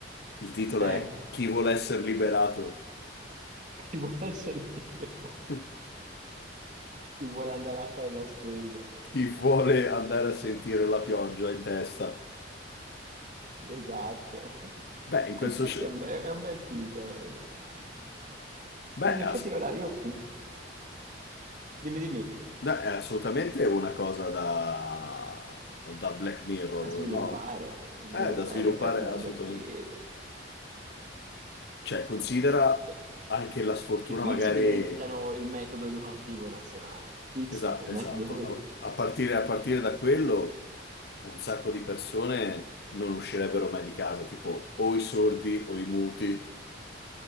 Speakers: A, on the left; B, on the right.
A: Il titolo
B: Eh,
A: è Chi vuole essere liberato?
B: <laughs> chi vuole essere libero,
A: <laughs>
B: chi vuole andare a fare la spesa.
A: Chi vuole andare a sentire la pioggia in testa?
B: Esatto. <laughs>
A: Beh, in questo
B: Infatti
A: scenario...
B: è un, be- è un bel titolo.
A: Beh,
B: In effetti
A: ass-
B: ora io... Dimmi, dimmi.
A: Beh, è assolutamente una cosa da, da Black Mirror,
B: da sviluppare,
A: no?
B: da sviluppare,
A: È da sviluppare
B: in effetti da
A: assolutamente.
B: Black Bear.
A: Cioè, considera
B: Poi,
A: anche la sfortuna,
B: I quiz
A: magari.
B: diventano il metodo educativo nazionale. Quiz
A: Esa-
B: o
A: esatto.
B: metodo educativo. quiz.
A: A, a partire, a partire da quello, un sacco di persone non uscirebbero mai di casa, tipo o i sordi o i muti.